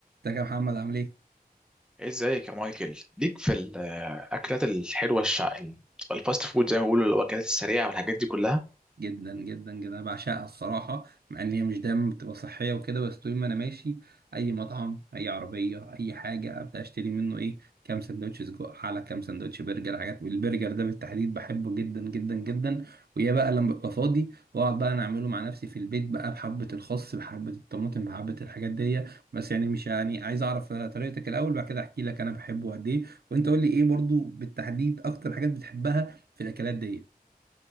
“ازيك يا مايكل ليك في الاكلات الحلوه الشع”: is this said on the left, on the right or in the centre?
Centre